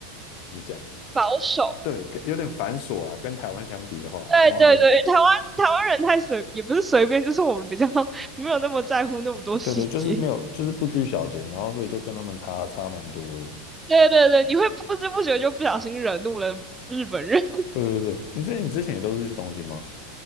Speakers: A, on the left; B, on the right.
A: 怎么讲。
B: 保守，
A: 对，跟有点繁琐啦，跟台湾相比的话，
B: 对对对，
A: 台湾还
B: 台湾台湾人太随，也不是随便，就是我们比较 <laughs> 没有那么在乎那么多细节。
A: 对对，就是没有，就是不拘小节，然后所以就跟他们差差蛮多的。
B: 对对对，你会不知不觉就不小心惹怒了日本人。
A: 对对对，你之你之前也都是去东京吗？